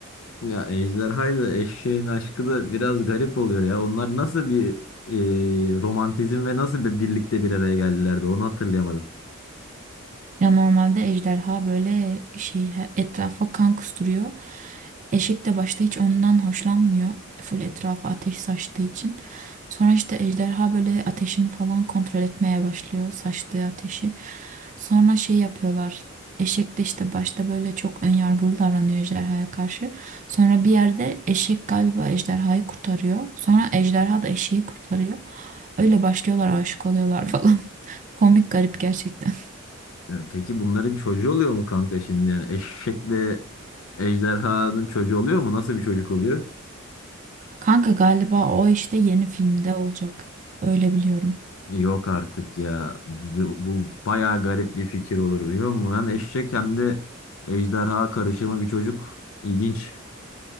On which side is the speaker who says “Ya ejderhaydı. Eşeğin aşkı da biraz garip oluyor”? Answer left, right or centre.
Left